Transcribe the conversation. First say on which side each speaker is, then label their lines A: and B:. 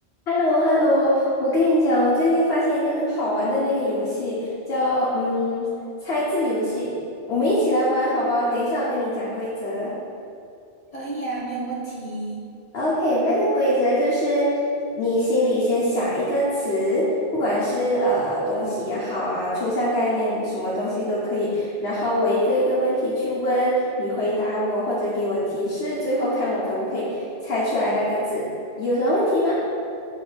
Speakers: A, on the left; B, on the left.
A: h e l l o h e l l o 我跟你讲，我最近发现一个很好玩的那个游戏，叫嗯猜字游戏，我们一起来玩好不好？等一下我跟你讲规则。
B: 可以啊，没有问题。
A: OK，那个规则就是你心里先想一个词，不管是呃东西也好啊，抽象概念什么东西都可以，然后我一个一个问题去问，你回答我或者给我提示，最后看我可不可以猜出来那个字。有什么问题吗